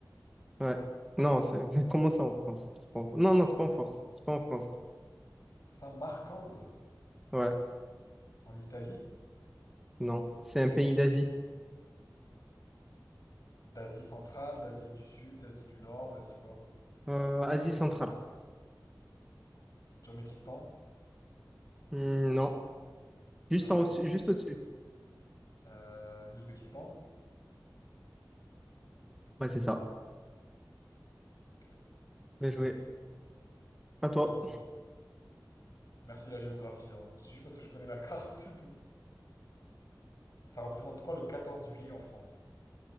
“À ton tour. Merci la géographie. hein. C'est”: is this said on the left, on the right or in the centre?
Left